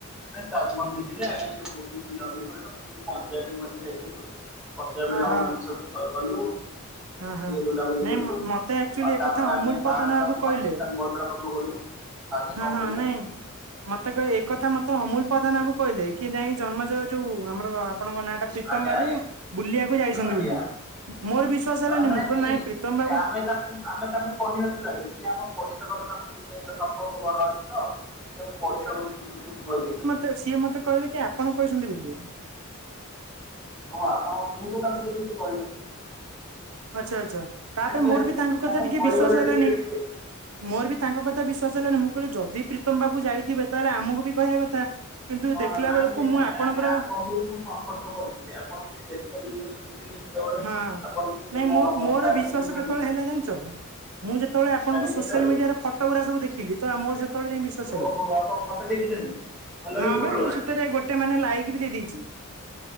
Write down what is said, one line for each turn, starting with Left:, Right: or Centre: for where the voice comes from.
Centre: ଆମେ ତାଜମହଳ ଦେଖିଲୁ <unintelligible> ବୁଲାବୁଲି କଲୁ ତାପରେ ଟିକେ ପଞ୍ଜାବ ବି ମଧ୍ୟ ଯାଇଥିଲୁ। ପଞ୍ଜାବରେ
Right: ଓହୋ
Centre: ଅମୃତସର ଅ ଗଲୁ। ସେଠି
Right: ହଁ ହଁ।
Centre: ଟିକେ ବୁଲାବୁଲି
Right: ନାଇଁ
Centre: କଲୁ
Right: ମତେ ଆକ୍ଚୁଆଲି
Centre: ଆଉ
Right: ଏକଥା
Centre: ତାପରେ
Right: ଅମୁଲ
Centre: ଆମେ
Right: ପଦନା
Centre: ଭାରତ
Right: ବାବୁ
Centre: ଆଉ
Right: କହିଲେ।
Centre: ପାକିସ୍ତାନ ବର୍ଡର ପାଖକୁ ଗଲୁ। ଆଜ୍ଞା
Right: ହଁ
Centre: କଣ
Right: ହଁ
Centre: କହିଲେ?
Right: ନାଇଁ ମତେ କ ଏକଥା ମ ତ ଅମୁଲ ପ୍ରଧାନ ବାବୁ କହିଲେ କି ନାଇ ଜନ୍ମଜୟ ଯୋଉ ଆମର ଆପଣଙ୍କ ନାଁଟା। ପ୍ରୀତମ
Centre: ଆଜ୍ଞା
Right: ବାବୁ
Centre: ଆଜ୍ଞା
Right: ବୁଲିବାକୁ ଯାଇଛନ୍ତି
Centre: ଆଜ୍ଞା
Right: ବୋଲି। ମୋର ବିଶ୍ଵାସ
Centre: ହଁ
Right: ହେଲାନି ମୁଁ କହିଲି ନାଇଁ ପ୍ରୀତମ
Centre: ଆଜ୍ଞା
Right: ବାବୁ।
Centre: ଆମେ ତାକୁ ଆମେ ତାଙ୍କୁ କହିନଥିଲୁ ଆଗେ ସେ ଆମ ପଡିଶା ଘର ତାଙ୍କ <unintelligible> ସମ୍ପର୍କ ଭଲ ଅଛି ତ। ସେ ଆମ ପଡ଼ିଶା ଘର ଠୁ <unintelligible> ଶୁଣିକି କହିଦେଇଛନ୍ତି।
Right: ତ ସିଏ ମତେ କହିଲେ କି ଆପଣ କହିଛନ୍ତି ଭେଟିବାକୁ।
Centre: ହଁ ଆପଣ ମୁଁ ତ ତାଙ୍କୁ ତ କିଛି କହିନଥିଲି।
Right: ଆଚ୍ଛା ଆଚ୍ଛା ତାପରେ
Centre: ସେ ଟିକେ
Right: ମୋର ବି ତାଙ୍କ କଥା ଟିକେ
Centre: ପରିବାର
Right: ବିଶ୍ଵାସ ହେଲାନି।
Centre: ଟିକେ ଟିକେ
Right: ମୋର ବି ତାଙ୍କ କଥା ବିଶ୍ୱସ ହେଲାନି ମୁଁ କହିଲି ଯଦି ପ୍ରୀତମ ପାଖକୁ ଯାଇଥିବେ ତାହେଲେ ଆମକୁ ବି କହିବା କଥା। କିନ୍ତୁ
Centre: ହଁ
Right: ଦେଖିଲା
Centre: ନା
Right: ବେଳକୁ
Centre: ନି
Right: ମୁଁ
Centre: ନାଇଁ
Right: ଆପଣଙ୍କର
Centre: ଆଜ୍ଞା ଆପଣଙ୍କୁ ବି ମୁଁ ସମ୍ପର୍କ କରିଥିଲି ଆପଣ ଟିକେ ବ୍ୟସ୍ତ ବିବ୍ରତରେ ଥିଲେ। ସେତେବେଳେ
Right: ହଁ
Centre: ଆପଣ ଟିକେ
Right: ନାଇଁ
Centre: ମୋ
Right: ମୋ-ମୋର
Centre: କଥା
Right: ବିଶ୍ୱାସ
Centre: ଶୁଣି ପାରିଲେନି
Right: କେତେବେଳେ ହେଲା ଜାଣିଛ? ମୁଁ ଯେତେବେଳେ ଆପଣଙ୍କୁ
Centre: କାଲି
Right: ସୋସିଆଲ
Centre: କେତେବେଳେ
Right: ମିଡିଆରେ ଫଟୋ ଗୁରା ସବୁ ଦେଖିଲି ତ ଆ ମୋର ସେ ତ ବେଳେ ଯାଇଁ ବିଶ୍ୱାସ ହେଲା
Centre: ଓହୋ ଆପଣ ଫଟୋ ଦେଖିଛନ୍ତି ଭଲ ହେଇଛି
Right: ହଁ
Centre: ଫଟୋ
Right: ବା
Centre: ଗୁଡ଼ା
Right: ମୁଁ ସେ ଭିତରେ ଗୋଟେ ମାନେ ଲାଇକ ବି ଦେଇ ଦେଇଛି।